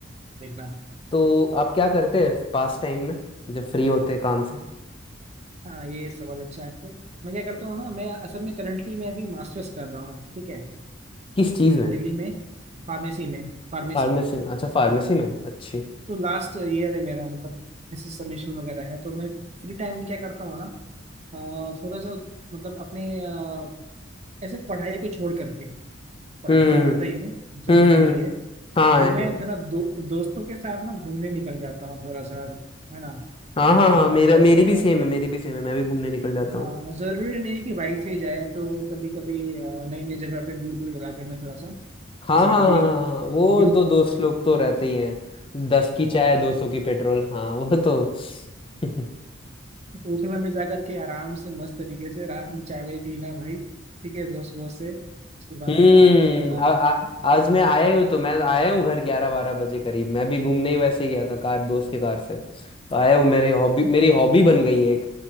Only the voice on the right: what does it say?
देखना
हाँ ये सवाल अच्छा है आपको मैं क्या करता हूँ ना मैं असल में करंटली मैं अभी मास्टर्स कर रहा हूँ ठीक है
दिल्ली में फार्मेसी में फार्मेसी
तो लास्ट ईयर है मेरा मतलब ऐसे सबमिशन वगैरह है तो मैं फ्री टाइम में क्या करता हूँ ना अ, थोड़ा सा मतलब अपने अ, ऐसे पढ़ाई को छोड़ करके पढ़ाई
तो करता ही हूँ जरूरी
भी
है तो
मैं
थोड़ा दो, दोस्तों के साथ ना घूमने निकल जाता हूँ थोड़ा सा है ना
और
अ,
हाँ
जरूरी नहीं कि बाइक से ही जाए तो कभी कभी नई नई जगह पे दूर दूर इलाके में थोड़ा सा
जैसे
कभी
गुरु
अ,
हाँ,
ओखला में जाकर के आराम से मस्त तरीके से रात में चाय वाय पीना भाई ठीक है दोस्त वोस्त से उसके बाद
फिर आते हैं अपना